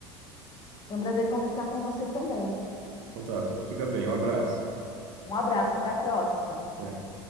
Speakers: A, on the left; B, on the right.
A: Foi um prazer conversar com você também.
B: Então tá, tu- fica bem, um abraço.
A: Um abraço, até a próxima.
B: Até.